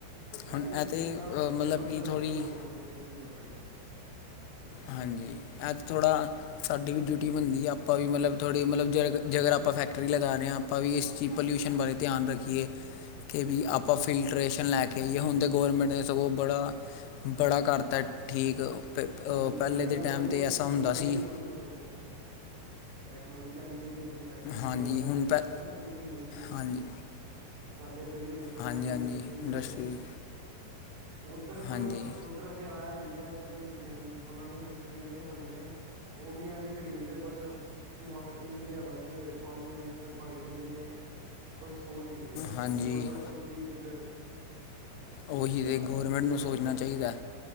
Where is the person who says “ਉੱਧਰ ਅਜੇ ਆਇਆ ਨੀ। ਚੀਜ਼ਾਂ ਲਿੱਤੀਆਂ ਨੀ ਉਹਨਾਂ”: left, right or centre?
Right